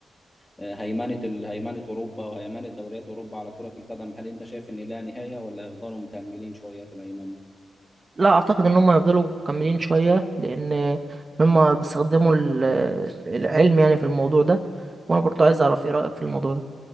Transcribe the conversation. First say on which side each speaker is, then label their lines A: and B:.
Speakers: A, on the left; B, on the right.
A: هيمنة ال- هيمنة أوروبا وهيمنة دوريات أوروبا على كرة القدم هل أنت شايف إن لها نهاية ولا هيفضلوا مكملين شوية في الهيمنة؟
B: لا اعتقد ان هم يفضلوا مكملين شويه لان هم بيستخدموا ال- العلم يعني في الموضوع ده وانا برضو عايز اعرف ايه رايك في الموضوع ده